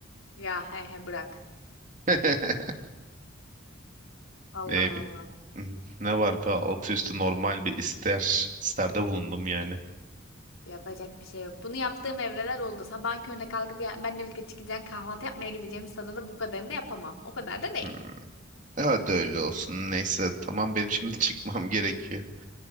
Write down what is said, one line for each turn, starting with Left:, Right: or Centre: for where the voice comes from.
Left: Ya he he bırak.
Right: <laughs>
Left: Allah
Right: Ne, bi-
Left: Allah.
Right: ne var be altı üstü normal bir ister isterde bulundum yani.
Left: Yapacak bir şey yok. Bunu yaptığım evreler oldu. Sabahın körüne kalkıp ya, benle birlikte çıkacaksın kahvaltı yapmaya gideceğimiz sırada da bu kadarını da yapamam. O kadar da değil.
Right: Hmm, Hadi öyle olsun. Neyse tamam benim şimdi çıkmam <laughs> gerekiyor.